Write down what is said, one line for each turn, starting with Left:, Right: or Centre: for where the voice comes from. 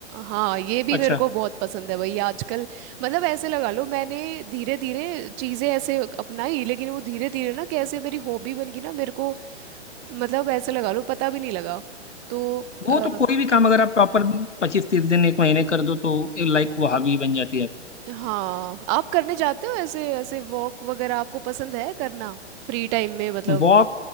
Right: हाँ ये भी
Left: अच्छा
Right: मेरे को बहुत पसंद है भाई आजकल मतलब ऐसे लगा लो मैंने धीरे धीरे चीज़ें ऐसे अपनाई लेकिन वो धीरे धीरे ना कैसे मेरी हॉबी बन गई ना मेरे को मतलब ऐसे लगा लो पता भी नहीं लगा तो
Left: वो
Right: अ,
Left: तो कोई भी काम अगर आप प्रॉपर पच्चीस तीस दिन एक महीने कर दो तो लाइक वो हॉबी बन जाती है आपकी
Right: हाँ आप करने जाते हो ऐसे ऐसे वॉक वगैरह आपको पसंद है करना फ्री टाइम में मतलब
Left: वॉक